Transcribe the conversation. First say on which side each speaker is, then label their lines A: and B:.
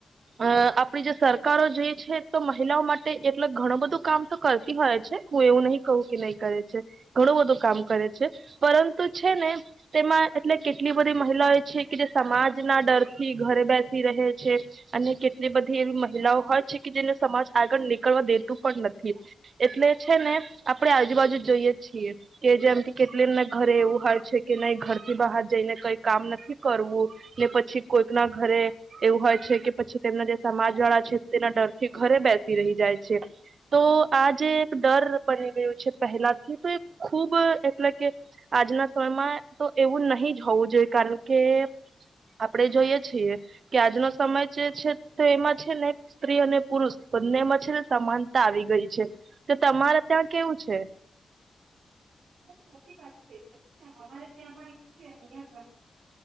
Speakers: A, on the right; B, on the right.
A: અ આપ આપણી જે સરકારો જોઈએ છે તો મહિલાઓ માટે એટલે ઘણું બધું કામ તો કરતી હોય છે હું એવું નહી કહું કે નહી કરે છે ઘણું બધું કામ કરે છે પરંતુ છે ને તેમાં એટલે કેટલી બધી મહિલાઓ છે કે જે સમાજના ડરથી ઘરે બેસી રહે છે અને કેટલી બધી એવી મહિલાઓ હોય છે કે જેને સમાજ આગળ નીકળવા દેતું પણ નથી એટલે છે ને આપણે આજુબાજુ જઈએ છીએ કે જેમ કે કેટલી એમને ઘરે એવું હોય છે કે નહી ઘર થી બહાર જઈને કઈ કામ નથી કરવું ને પછી કોઈક ના ઘરે એવું હોય છે કે પછી તેમના જે સમાજ વાળા છે તેના ડર થી ઘરે બેસ રહી જાય છે તો આ જે એક ડર બની ગું છે પહેલાથી તો એ ખુબ એટલે કે આજના સમયમાં તો એવું નહી જ હોવું જોઈએ કારણ કે આપણેે જોઈએ છીએ કે આજનો સમય જે છે તો એમાં છે નહી સ્ત્રી અને પુરુષ બંનેમાં છે ને સમાનતા આવી ગઈ છે તો તમારે ત્યાં કેવું છે.
B: સાચી વાત છે અમારે ત્યાં છે અહ